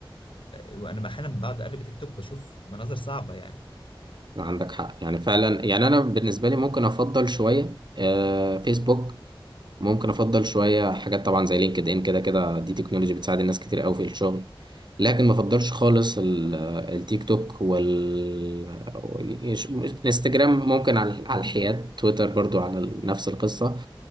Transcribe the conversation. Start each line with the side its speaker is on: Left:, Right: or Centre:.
Left: وانا احيانا بعد اقلب تيك توك بشوف مناظر صعبه يعني
Right: عندك حق يعني فعلا يعني أنا بالنسبة لي ممكن أفضل شوية آه، فيسبوك ممكن افضل شويه حاجات طبعا زي لينكد ان كده كده دي تكنولوجي بتساعد الناس كتير قوي في الشغل لكن ما افضلش خالص ال- التيك توك وال إيش- انستجرام ممكن على على الحياد تويتر برضو على ال- نفس القصه